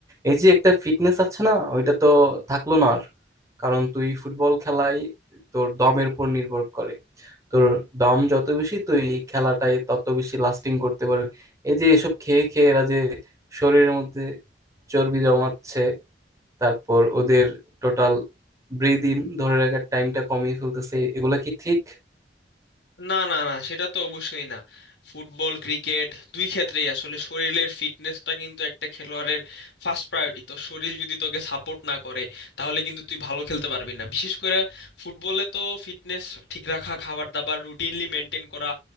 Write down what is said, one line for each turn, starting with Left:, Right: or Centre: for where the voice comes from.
Right: এই যে একটা ফিটনেস আছে না ওইটা তো থাকলো না আর কারণ তুই ফুটবল খেলাই তোর দমের উপর নির্ভর করে তোর দম যত বেশি তুই এই খেলাটায় তত বেশি লাস্টিং করতে পারবি এই যে এসব খেয়ে খেয়ে এরা যে শরীরের মধ্যে চর্বি জমাচ্ছে তারপর ওদের টোটাল ব্রিদিন ধরে রাখার টাইমটা কমিয়ে ফেলতেছে এগুলা কি ঠিক
Left: না না না সেটা তো অবশ্যই না ফুটবল ক্রিকেট দুই ক্ষেত্রেই আসলে শরীরের ফিটনেসটা কিন্তু একটা খেলোয়াড়ের ফার্স্ট প্রায়োরিটি তো শরীর যদি তোকে সাপোর্ট না করে তাহলে কিন্তু তুই ভালো খেলতে পারবি না বিশেষ করে ফুটবলে তো ফিটনেস ঠিক রাখা খাবার দাবার রুটিনলি মেনটেন করা